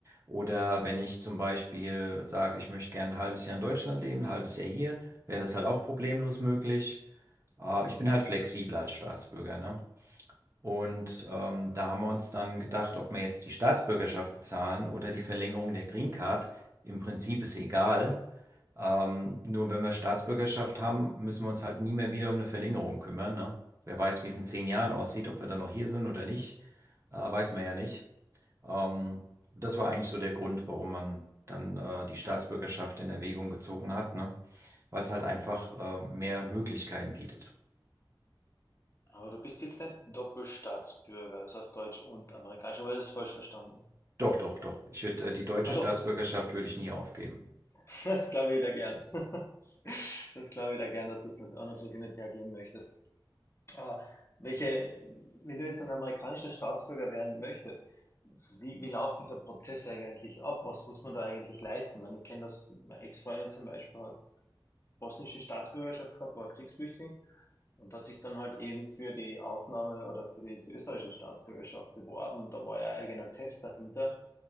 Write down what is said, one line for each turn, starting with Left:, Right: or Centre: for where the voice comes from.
Right: Oder wenn ich zum Beispiel sage, ich möchte gerne ein halbes Jahr in Deutschland leben, ein halbes Jahr hier, wäre das halt auch problemlos möglich. Äh, ich bin halt flexibler als Staatsbürger, ne? Und ähm, da haben wir uns dann gedacht, ob wir jetzt die Staatsbürgerschaft bezahlen oder die Verlängerung der Green Card. Im Prinzip ist egal. Ähm, nur wenn wir Staatsbürgerschaft haben, müssen wir uns halt nie mehr wieder um eine Verlängerung kümmern, ne? Wer weiß, wie es in zehn Jahren aussieht, ob wir dann noch hier sind oder nicht, äh, weiß man ja nicht. Ähm, das war eigentlich so der Grund, warum man dann äh, die Staatsbürgerschaft in Erwägung gezogen hat, ne? Weil es halt einfach äh, mehr Möglichkeiten bietet.
Left: Aber du bist jetzt nicht Doppelstaatsbürger, das heißt deutsch und amerikanisch, aber das ist falsch verstanden.
Right: Doch, doch, doch. Ich würde äh, die deutsche
Left: Ah
Right: Staatsbürgerschaft
Left: doch,
Right: würde ich nie aufgeben.
Left: <laughs> das glaube ich wieder gern. <laughs> Das glaube ich wieder gern, dass du das auch noch für sie nicht hergeben möchtest. Ah, welche, wenn du jetzt ein amerikanischer Staatsbürger werden möchtest, wie, wie läuft dieser Prozess eigentlich ab? Was muss man da eigentlich leisten? Ich, meine, ich kenne das, meine Ex-Freundin zum Beispiel hat bosnische Staatsbürgerschaft gehabt, war Kriegsflüchtling. Und hat sich dann halt eben für die Aufnahme oder für die, für die österreichische Staatsbürgerschaft beworben. Und da war ja ein eigener Test dahinter.